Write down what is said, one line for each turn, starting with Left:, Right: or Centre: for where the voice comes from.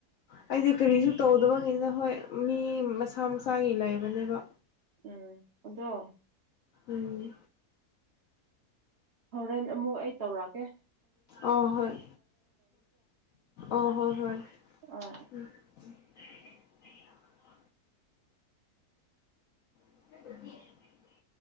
Left: ꯑꯩꯗꯤ ꯀꯔꯤꯁꯨ ꯇꯧꯗꯕꯅꯤꯅ ꯍꯣꯏ ꯃꯤ ꯃꯁꯥ ꯃꯁꯥꯒꯤ ꯂꯩꯕꯅꯦꯕ
Right: ꯎꯝ ꯑꯗꯣ
Left: ꯎꯝꯅꯦ
Right: ꯍꯣꯔꯦꯟ ꯑꯃꯨꯛ ꯑꯩ ꯇꯧꯔꯛꯑꯀꯦ
Left: ꯑ ꯍꯣꯏ ꯑ ꯍꯣꯏ ꯍꯣꯏ
Right: ꯑꯥ
Left: ꯎ <unintelligible> <unintelligible>